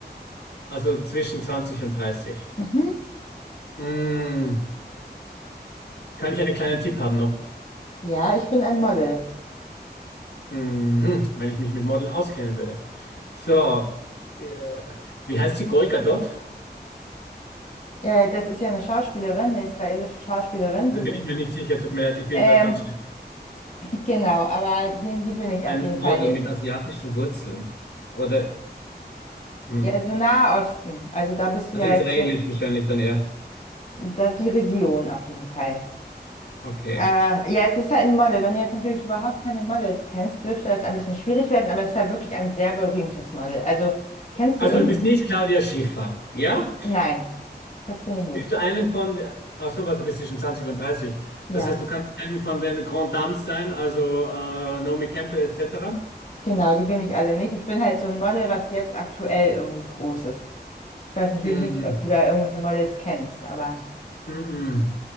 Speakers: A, on the left; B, on the left.
A: Also zwischen 20 und 30.
B: Mhm.
A: Mm, kann ich einen kleinen Tipp haben noch?
B: Ja, ich bin ein Model.
A: Mhm, wenn ich mich mit Modeln auskennen würde. So, äh, wie heißt die Golga Gadot?
B: Äh, das ist ja eine Schauspielerin, eine israelische Schauspielerin,
A: Da
B: die...
A: bin ich mir nicht sicher, tut mir leid, ich bin
B: Ähm,
A: da ganz schlecht.
B: genau, aber die, die bin ich
A: Ein
B: auf jeden
A: Model
B: Fall nicht.
A: mit asiatischen Wurzeln. Oder. hm,
B: Ja, so Nahe Osten. Also da bist du
A: Also
B: ja
A: israelisch
B: jetzt schon,
A: wahrscheinlich dann eher.
B: da die Region auf jeden Fall.
A: Okay.
B: Äh, ja, es ist halt ein Model. Wenn du jetzt natürlich überhaupt keine Models kennst, dürfte das ein bisschen schwierig werden, aber es ist halt wirklich ein sehr berühmtes Model. Also kennst
A: Also
B: du irgend...
A: du bist nicht Claudia Schiffer, ja?
B: Nein, das bin ich nicht.
A: Bist du einen von, ach so, warte, du bist zwischen 20 und 30.
B: Ja,
A: Das heißt, du kannst einen von den Grand Dames sein, also äh, Naomi Campbell etc.
B: genau, die bin ich alle nicht. Ich bin halt so ein Model, was jetzt aktuell irgendwie groß ist. Ich weiß natürlich
A: Mm,
B: nicht, ob du da irgendwelche Models kennst, aber...
A: mm, mm.